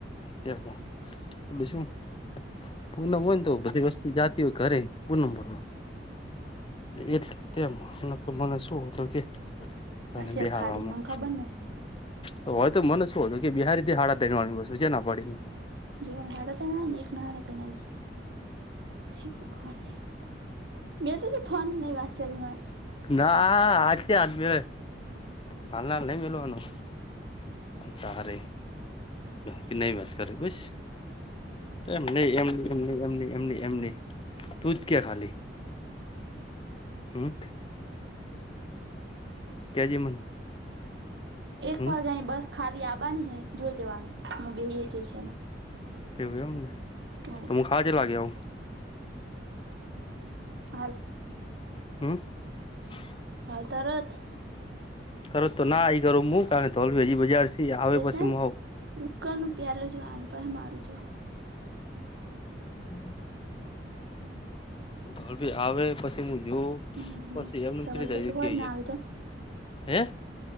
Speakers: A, on the left; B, on the right.
A: જેઓ બીજું શું પૂનમ હોય ને તો બધી વસ્તી જતી હોય ઘરે પૂનમ ભ એટલે તેમ તો મને શું હતું કે તને
B: હશે
A: બિહારવામાં
B: ખાલી મંગ ખબર ને
A: હોય તો મને શું હતું કે બિહારીથી હાડા ત્રણ વાગે મેં ચા ના પાડી
B: જોવા હાડા ત્રણ ના ને એક ના હાડા ત્રણ આવે હે ભગવાન મેલજે તું ફોન માર નહીં કરવી વાત
A: ના આ છે આજ મે હાલ હાલ નહી મેલવાનું તારે કે નહી વાત કરે બ સ એમ નહી એમ એમ ન એમ ન એમ ન એમ ન તું જ કે ખાલી લી હમ કે જે મને
B: એક
A: હમ
B: વાગ્યા ની બસ ખાલી આવાની હે જોઈ જેવાનું હું બે જઈશ એમાં
A: એવું એમને
B: હોવે
A: તોમુ હા ચેટલા વાગે આવું
B: હાલ
A: <unintelligible>
B: તરત.
A: તરત તો ના, આઈ કરો. હું કારણ તો, હજી બજાર આવે,
B: જશે
A: પછી
B: ને.
A: આવ.
B: દુકાનનું પેલું જોવાનું મારું જોવાનું.
A: હમ. ઘર ભી આવે, પછી મે. જો
B: હમ હમ
A: પછી એમ નેમ
B: ધવલભાઈ
A: જાય
B: તો હોજ
A: કે
B: ના આવે તો.
A: હે.